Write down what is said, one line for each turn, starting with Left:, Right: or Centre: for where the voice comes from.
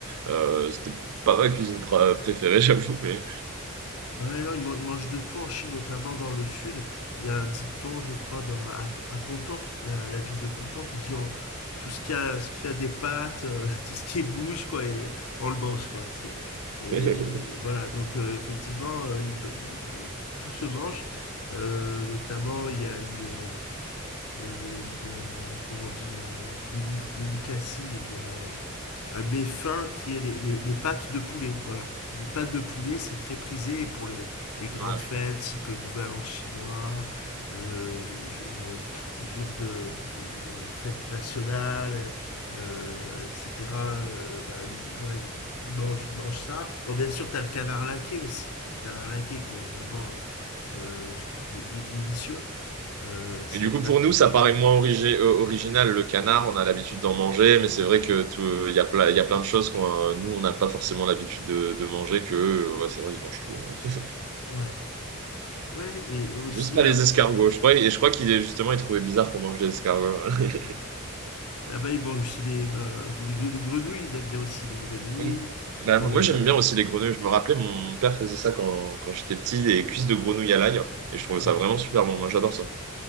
Right: Euh, c'était pas ma cuisine pr- préférée, j'avoue, mais.
Left: ouais, non, ils, man- ils mangent de tout en Chine, notamment dans le sud. Il y a un dicton, je crois, dans, à, à Canton, la, la ville de Canton, qui dit en- tout ce qui a, ce qui a des pattes, euh, <laughs> tout ce qui bouge, quoi, et on le mange, quoi. C'est, et
Right: <laughs>
Left: voilà, donc euh, effectivement, euh, il peut- il- tout se mange. Euh, notamment, il y a une, une, comment on dit, une déli- délicatie, une- un méfin qui est les, les- les pâtes de poulet. Voilà. Les pâtes de poulet, c'est très prisé pour les, les grandes
Right: Ouais.
Left: fêtes, type Nouvel An chinois, euh, je- euh, jour de je- euh, fête nationale, euh, etc. Euh, bah, il- voilà, il, il mange, il mange ça. Bon, bien sûr, tu as le canard laqué aussi. Canard laqué qui est vraiment euh, euh, je trouve dé- dé- délicieux. Euh, c'est
Right: Et du
Left: un
Right: coup,
Left: plat
Right: pour
Left: qui
Right: nous,
Left: est
Right: ça paraît moins origi- euh, original. Le canard, on a l'habitude d'en manger, mais c'est vrai que tout, il y a plein, il y a plein de choses qu'on, euh, nous, on n'a pas forcément l'habitude de, de manger que, eux, ouais, c'est vrai, ils mangent tout. hein.
Left: Ouais. Ouais, et aussi
Right: Juste pas
Left: là,
Right: les escargots. Je crois, et je crois qu'il est justement, il trouvait bizarre qu'on mange des escargots. <laughs>
Left: là-bas, ils mangent aussi les, bah, les, gre- les grenouilles, ils aiment bien aussi les grenouilles.
Right: Oui. Bah,
Left: Euh,
Right: moi, j'aime bien aussi les grenouilles. Je me rappelais, mon père faisait ça quand, quand j'étais petit, les cuisses de grenouille à l'ail. Et je trouvais
Left: ouais,
Right: ça vraiment super bon. Moi, j'adore ça.